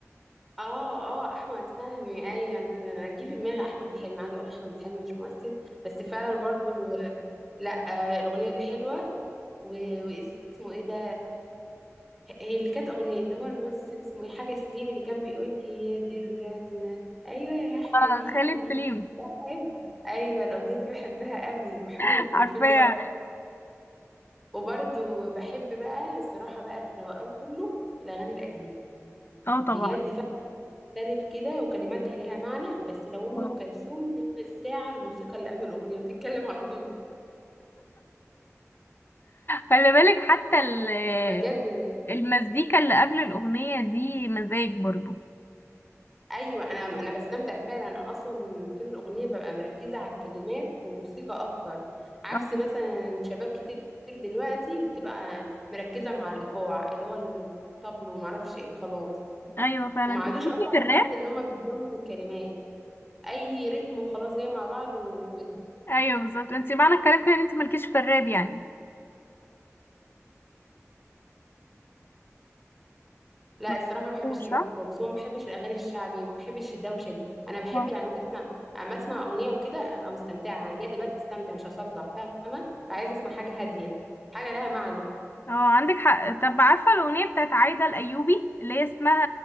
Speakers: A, in the centre; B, on the left.
A: اه اه احمد فهمي ايوه انا انا أنا جه في دماغي احمد حلمي قاعده اقول احمد حلمي مش ممثل بس فعلا برضو لا آه، الاغنيه دي حلوه و- واسمه ايه ده هي اللي كانت أغنية اللي هو الممثل اسمه إيه حاجة سليم اللي كان بيقول هي دي الرنة أيوة يا حبيبي
B: آه، خالد سليم
A: بحب أيوة الأغنية دي بحبها قوي بحب
B: <laughs>
A: الم-
B: عارفاه
A: الفيلم ده أكتر. وبرضه بحب بقى الصراحة بقى الروقان كله الأغاني القديمة
B: اه طبعا
A: بجد فيها مختلف كده وكلماتها ليها معنى بس لو أم
B: اه
A: كلثوم تلبس ساعة الموسيقى اللي قبل الأغنية وتتكلم على طول
B: خلي بالك حتى ال-
A: بجد
B: المزيكا اللي قبل الأغنية دي مزاج برضو
A: ايوه انا انا بستمتع فعلا انا اصلا طول الاغنيه ببقى مركزه على الكلمات وموسيقى اكتر عكس
B: اه
A: مثلا شباب كتير دلوقتي بتبقى مركزه مع الايقاع اللي هو الطبل وما اعرفش ايه وخلاص
B: ايوه فعلا
A: وما
B: انت
A: عادوش
B: ليكي
A: اصلا
B: في الراب
A: بحس ان هم بيهتموا بالكلمات اي رتم وخلاص جاي مع بعض وودي
B: ايوه بالظبط انت معنى الكلام كده ان انت مالكيش في الراب يعني
A: لا
B: ما
A: الصراحه
B: بتحبوش،
A: ما بحبش الراب
B: صح؟
A: خالص وما بحبش الاغاني الشعبي وما بحبش الدوشه دي انا بحب
B: اه
A: يعني أنا بسمع اما اسمع اغنيه وكده ابقى مستمتعه انا جايه دلوقتي استمتع مش اصدع فاهمه فعايزه اسمع حاجه هاديه حاجه لها معنى
B: اه عندك حق طب عارفه الاغنيه بتاعت عايده الايوبي اللي هي اسمها